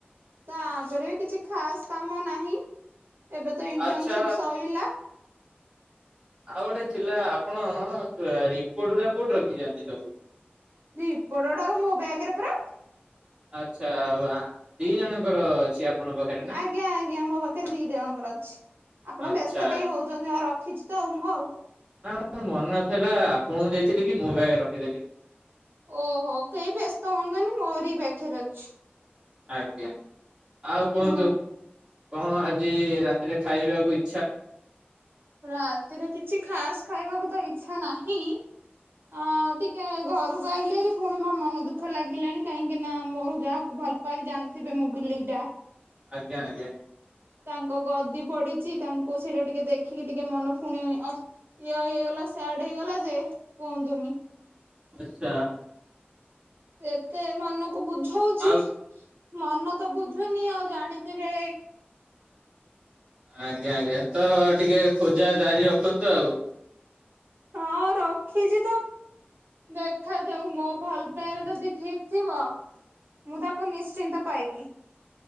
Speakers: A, on the right; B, on the right.
A: ତାପରେ କିଛି ଖାସ କାମ ନାହିଁ। ଏବେ ତ ଇଣ୍ଟର୍ନସିପ
B: ଆଚ୍ଛା
A: ସଇଲା।
B: ଆଉ ଗୋଟେ ଥିଲା ଆପଣ ରିପୋଡ ଗୁଡ଼ା କୋଉଠି ରଖିଛନ୍ତି ସବୁ?
A: ରିପୋଟ ଗଡା ମୋ ବ୍ୟାଗରେ ପରା।
B: ଆଚ୍ଛା ଦି ଜଣଙ୍କର ଅଛି। ଆପଣଙ୍କ ପାଖରେ ନା
A: ଆଜ୍ଞା ଆଜ୍ଞା ମୋ ପାଖରେ ଦି ଜଣଙ୍କର ଅଛି ଆପଣ
B: ଆଚ୍ଛା
A: ବ୍ୟସ୍ତ କାହିଁ ହଉଛନ୍ତି ଆ ର ଖିଚ ତ ଓ ମୋ
B: ନା ମୋର ମନେ ନଥିଲା ଆପଣଙ୍କୁ ଦେଇଥିଲି କି ମୋ ବ୍ୟାଗରେ ରଖିଦେଲି।
A: ଓହୋ କେହି ବ୍ୟସ୍ତ ହୁଅନ୍ତୁନି ମୋରି ପାଖରେ ଅଛି।
B: ଆଜ୍ଞା ଆଉ କୁହନ୍ତୁ
A: ହୁଁ
B: କଣ ଆଜି ରାତିରେ ଖାଇବାକୁ ଇ
A: ରାତିରେ କିଛି ଖାସ ଖାଇବାକୁ ତ ଇଚ୍ଛା ନାହିଁ। ଅ ଟିକେ ଘରୁ କୁ ଅଇଲେଭାରି। ଶୁଣି ମୋ ମନ ଦୁଃଖ ଲାଗିଲାଣି କାହିଁକି ନା ମୋର ଯାହାକୁ ଭଲ ପା ଜାଣିଥିବେ ମୁଁ ବିଲେଇ ଟା।
B: ଆଜ୍ଞା ଆଜ୍ଞା।
A: ତାଙ୍କ ଗଦି ପଡିଛି ତାଙ୍କୁ ସେଇଟା ଟିକେ ଦେଖିକି ଟିକେ ମନ ଫୁଣି ଅସ ଇଏ ହେଇଗଲା। ସିୟାଡ ହେଇଗଲା ଯେ କୁହନ୍ତୁନି।
B: ଆଛା।
A: ଏତେ ମନକୁ ବୁଝଉଛି।
B: ଆଉ
A: ମନ ତ ବୁଝୁନି ଆଉ ଜାଣିଥିବେ।
B: ଆଜ୍ଞା ଆଜ୍ଞା ତ ଟିକେ ଖୋଜା ଜାରି ରଖନ୍ତୁ ଆଉ।
A: ହଁ ରଖିଛି ତ ଦେଖାଯାଉ ମୋ ଭଲ ପାୟା ଯଦି ଠିକ ଥିବ। ମୁଁ ତାକୁ ନିଶ୍ଚିନ୍ତ ପାଇବି।